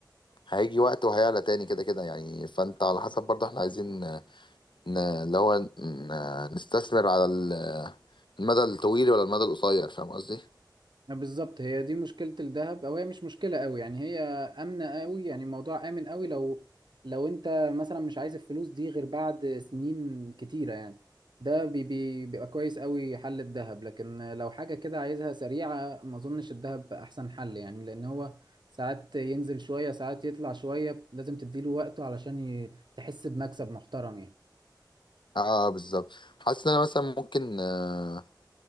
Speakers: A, on the left (about 85°); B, on the right (about 70°).
A: هيجي وقت وهيعلى تاني كده كده يعني فانت على حسب برضو احنا عايزين ن- اللي هو ن- نستثمر على ال- المدى الطويل ولا المدى القصير فاهم قصدي؟
B: ما بالظبط هي دي مشكلة الذهب او هي مش مشكلة قوي يعني هي آمنة قوي يعني الموضوع آمن قوي لو لو انت مثلا مش عايز الفلوس دي غير بعد سنين كتيرة يعني ده بي بي بيبقى كويس قوي حل الذهب لكن لو حاجة كده عايزها سريعة ما اظنش الذهب احسن حل يعني لان هو ساعات ينزل شوية ساعات يطلع شوية لازم تديله وقته علشان ي- تحس بمكسب محترم يعني
A: اه بالظبط حاسس ان انا مثلا ممكن آه،